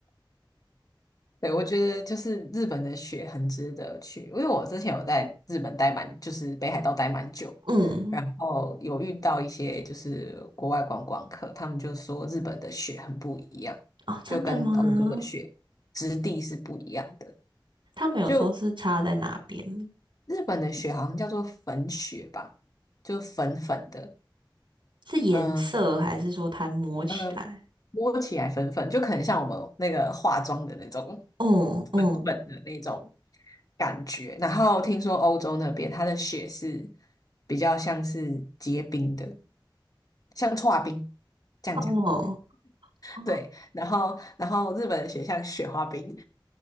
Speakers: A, on the left; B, on the right.
A: 对，我觉得就是日本的雪很值得去，因为我之前有在日本待蛮，就是北海道待蛮久，
B: 嗯，
A: 然后有遇到一些就是国外观光客，他们就说日本的雪很不一样，
B: 哦，真的吗？
A: 就跟欧洲的雪质地是不一样的。
B: 他们有说是差在哪边？
A: 就日本的雪好像叫做粉雪吧，就粉粉的，
B: 是颜色，
A: 嗯。
B: 还是说它摸起来？
A: 嗯，摸起来粉粉，就可能像我们那个化妆的那种
B: 哦哦
A: 粉粉的那种感觉。然后听说欧洲那边它的雪是比较像是结冰的，像搓冰这样讲。
B: 哦哦，
A: 对，然后然后日本的雪像雪花冰，